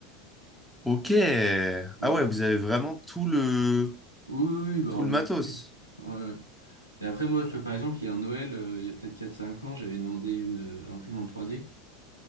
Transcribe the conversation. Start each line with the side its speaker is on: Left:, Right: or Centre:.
Centre: Ok.
Right: Donc,
Centre: Ah ouais, vous avez vraiment tout le
Right: oui, oui, oui, bah
Centre: tout
Right: on
Centre: le matos.
Right: est équipé. Ouais. Et après, moi, tu vois, par exemple, il y a un Noël, euh, il y a peut-être quatre cinq ans, j'avais demandé une euh, imprimante 3D.